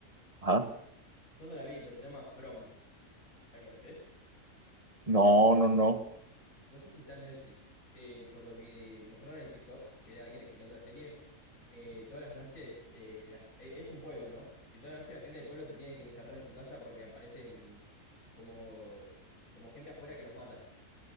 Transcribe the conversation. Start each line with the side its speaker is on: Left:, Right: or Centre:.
Right: Ajá.
Left: Yo no la vi, pero se llama From. ¿La conoces?
Right: No, no, no.
Left: No sé si está en Netflix. Eh, por lo que mostraron en el TikTok, que era alguien explicando la serie, eh, todas las noches, eh, la- e- es un pueblo, ¿no? Y todas las noches la gente del pueblo se tiene que encerrar en su casa porque aparecen como, como gente afuera que los mata.